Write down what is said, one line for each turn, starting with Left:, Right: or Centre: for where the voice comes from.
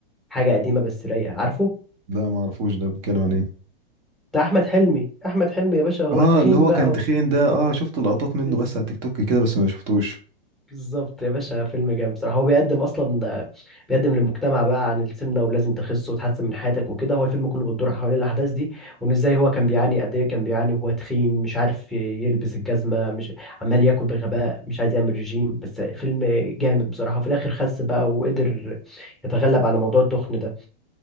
Centre: حاجه قديمه بس رايقه عارفه
Right: لا ما اعرفوش ده بيتكلم عن ايه
Centre: بتاع احمد حلمي احمد حلمي يا باشا هو
Right: اه
Centre: تخين
Right: اللي هو
Centre: بقى
Right: كان تخين ده اه شفت لقطات منه
Centre: و...
Right: بس على تيك توك كده بس ما شفتوش
Centre: بالظبط يا باشا فيلم جامد بصراحة هو بيقدم أصلا بيقدم للمجتمع بقى عن السمنة ولازم تخس وتحسن من حياتك وكده هو الفيلم كله بتدور حوالين الأحداث دي وإن إزاي هو كان بيعاني قد إيه كان بيعاني وهو تخين مش عارف يلبس الجزمة مش عمال ياكل بغباء مش عايز يعمل رجيم بس فيلم جامد بصراحة وفي الآخر خس بقى وقدر يتغلب على موضوع التخن ده